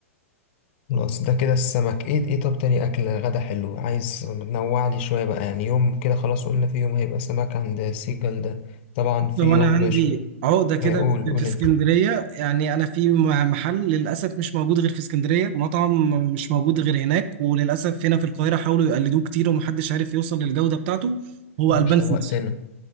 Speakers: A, on the left; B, on the right.
A: خلاص ده كده السمك ايه ايه طب تاني اكل غدا حلو عايز نوع لي شويه بقى يعني يوم كده خلاص قلنا في يوم هيبقى سمك عند سيجال ده طبعا في
B: لو
A: يوم
B: انا عندي
A: مش
B: عقده كده
A: ما يقول
B: في
A: قول
B: في اسكندريه
A: انت
B: يعني انا في م- محل للاسف مش موجود غير في اسكندريه مطعم مش موجود غير هناك وللاسف هنا في القاهره حاولوا يقلدوه كتير ومحدش عارف يوصل للجوده بتاعته هو
A: مش
B: البان
A: شوقتنا
B: سويسرا